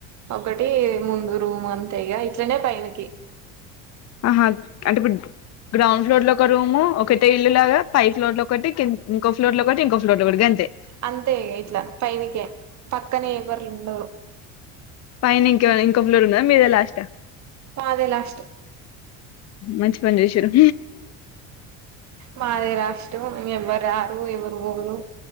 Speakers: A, on the right; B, on the left.
A: ఒకటి ముందు రూమ్ అంతేగా ఇట్లనే పకి
B: ఆహ అంటేబ గ్రౌండ్ ఫ్లోర్ లో ఒక రూము ఒకటే ఇల్లులాగా పై ఫ్లోర్ లో ఒకటి ఇంకో ఫ్లోర్ లో ఒకటి ఇంకో ఫ్లోర్ లో ఒకటిగా అంతే
A: అంతే ఇట్లా పైనికే పక్కనే ఎవర్లు ఉండరు
B: పైన ఇంక ఇంకొ ప్లోర్ ఉదా మీదే లాస్ట్
A: ఆ అదే లాస్ట్
B: మంచి పని చేశారు
A: మాద రాష్టం ఎవ్వరు ఆరు ఎవరు ఊరు